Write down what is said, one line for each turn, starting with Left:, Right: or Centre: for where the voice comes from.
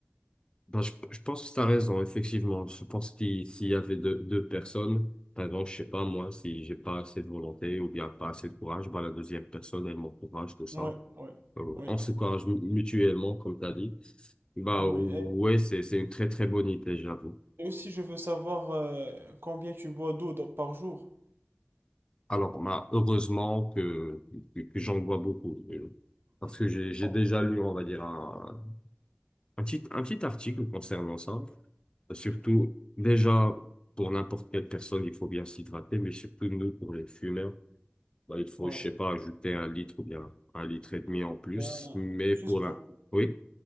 Left: Ben, je, je pense que tu as raison, effectivement. Je pense qu'il s'il y avait deux, deux personnes, par exemple, je sais pas, moi, si j'ai pas assez de volonté ou bien pas assez de courage, ben, la deuxième personne, elle m'encourage, tout ça.
Right: Ouais, ouais,
Left: Euh,
Right: ouais,
Left: on s'encourage mu- mutuellement, comme tu as dit. Bah,
Right: ouais.
Left: ouais, c'est, c'est une très, très bonne idée, j'avoue.
Right: Et, et aussi, je veux savoir euh, combien tu bois d'eau dans- par jour.
Left: Alors, bah, heureusement que, que, que j'en vois beaucoup. euh, Parce
Right: Oui.
Left: que j'ai, j'ai
Right: Oh,
Left: déjà lu, on va dire, un, un petit, un petit article concernant ça.
Right: oui,
Left: Surtout,
Right: oui.
Left: déjà, pour n'importe quelle personne, il faut bien s'hydrater, mais surtout nous, pour les fumeurs, bah, il faut,
Right: ouais.
Left: je sais pas, ajouter un litre ou bien un litre et demi en plus.
Right: Ben,
Left: Mais
Right: juste
Left: pour la...
Right: pour...
Left: Oui,